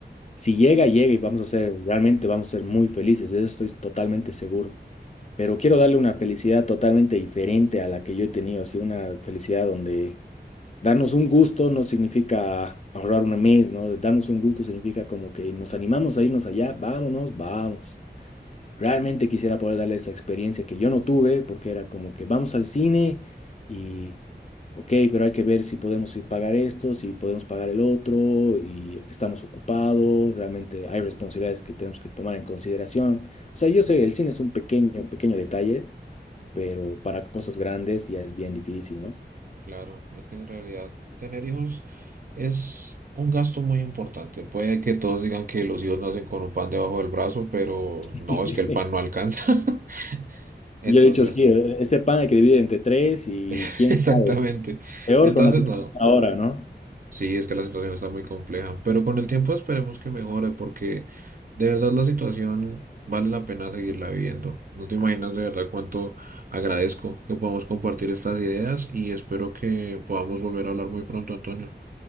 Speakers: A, on the left; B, on the right.
A: Si llega, llega y vamos a ser, realmente vamos a ser muy felices, de eso estoy totalmente seguro pero quiero darle una felicidad totalmente diferente a la que yo he tenido, así una felicidad donde darnos un gusto no significa ahorrar un mes, ¿no? Darnos un gusto significa como que nos animamos a irnos allá, vámonos, vamos. Realmente quisiera poder darle esa experiencia que yo no tuve, porque era como que vamos al cine y, ok, pero hay que ver si podemos ir pagar esto, si podemos pagar el otro, y estamos ocupados, realmente hay responsabilidades que tenemos que tomar en consideración. O sea, yo sé, el cine es un pequeño, pequeño detalle, pero para cosas grandes ya es bien difícil, ¿no?
B: Claro, es que en realidad tener hijos es un gasto muy importante. Puede que todos digan que los hijos nacen con un pan debajo del brazo, pero
A: <laughs>
B: no, es que el pan no alcanza. <laughs> Entonces,
A: Yo he dicho, sí,
B: sí,
A: eh, ese pan hay que dividir entre tres y
B: <laughs>
A: quién
B: exactamente.
A: sabe, peor
B: Entonces,
A: con la situación
B: no.
A: ahora, ¿no?
B: Sí, es que la situación está muy compleja, pero con el tiempo esperemos que mejore porque de verdad la situación vale la pena seguirla viviendo. No te imaginas de verdad cuánto agradezco que podamos compartir estas ideas y espero que podamos volver a hablar muy pronto, Antonio.